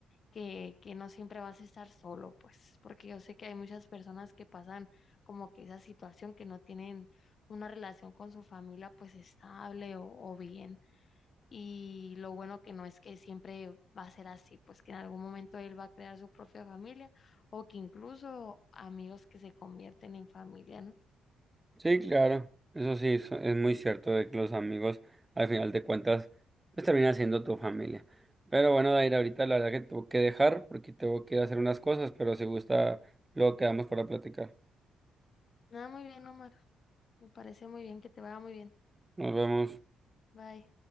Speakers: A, on the left; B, on the right.
A: que, que no siempre vas a estar solo, pues, porque yo sé que hay muchas personas que pasan como que esa situación que no tienen una relación con su familia pues estable o, o bien. Y lo bueno que no es que siempre va a ser así, pues que en algún momento él va a crear su propia familia o que incluso amigos que se convierten en familia, ¿no?
B: Sí, claro, eso sí, so- es muy cierto de que los amigos, al final de cuentas, pues terminan siendo tu familia. Pero bueno, Daira, ahorita la verdad que tengo que dejar porque tengo que ir a hacer unas cosas, pero si gusta, luego quedamos para platicar.
A: Nada, muy bien, Omar. Me parece muy bien que te vaya muy bien.
B: Nos vemos.
A: Bye.